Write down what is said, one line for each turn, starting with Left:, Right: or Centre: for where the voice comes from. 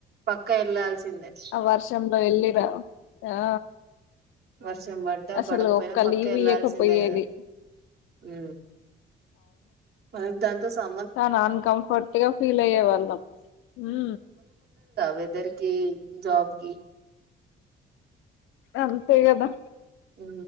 Right: పక్క వెళ్లాల్సిందే
Left: ఆ వర్షం వెళ్ళిరా ఆ
Right: వస్ ర్షం పడ్డా
Left: అసలు
Right: పడకపోయినా
Left: ఒక్క
Right: పక్క
Left: లీవ్
Right: వెళ్లాల్సిందే
Left: ఇయ్యకపోయేది
Right: కదా ఊ మనకీ దాంతో సమ్
Left: చాలా అన్కంఫర్ట్గా ఫీల్ అయ్యే వాళ్ళం ఊ
Right: వెదర్కి జాబ్కి
Left: అంతే కదా
Right: ఉ